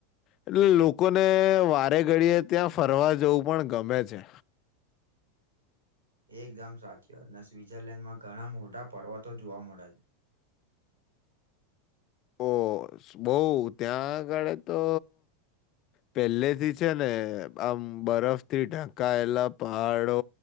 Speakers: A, on the left; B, on the right.
A: એટલે લોકોને વારે ઘડીએ ત્યાં ફરવા જવું પણ ગમે છે.
B: <inaudible> એકદમ સાચી અને સ્વિટ્ઝરલેન્ડમાં ઘણા મોટા પર્વતો જોવા મળે છે. <inaudible>
A: ઓ બહ ત્યાં આગળ તો પેલેથી છે ને આમ બરફથી ઢાંકાયેલા પહાડો